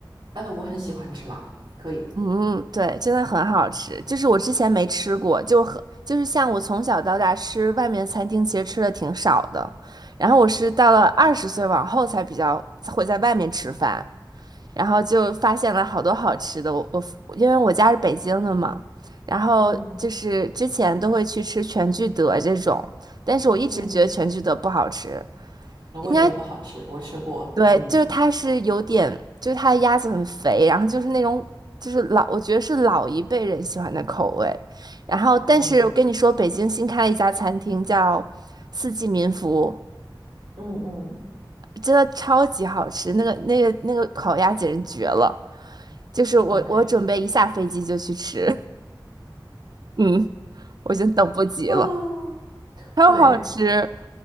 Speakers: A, on the right (about 80°); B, on the right (about 55°).
A: 哎，我很喜欢吃辣，可以。
B: 嗯，对，真的很好吃，就是我之前没吃过，就很就是像我从小到大吃外面餐厅，其实吃的挺少的，然后我是到了二十岁往后才比较会在外面吃饭。然后就发现了好多好吃的。我我因为我家是北京的嘛，然后就是之前都会去吃全聚德这种，
A: 嗯
B: 但是我一直觉得全聚德不好吃，
A: 嗯，我也觉得不好吃，
B: 应该
A: 我吃过。
B: 对，
A: 嗯，
B: 就是它是有点，就是它的鸭子很肥，然后就是那种就是老，我觉得是老一辈人喜欢的口味。然后，
A: 哦，
B: 但是我跟你说，北京新开了一家餐厅叫四季民福，
A: 嗯嗯
B: 真的超级好吃，那个那个那个烤鸭简直绝了。就是我我准备一下飞机就去吃，
A: ，OK。
B: <laughs> 嗯，我已经等不及了，
A: 啊，
B: 超好吃，
A: 对，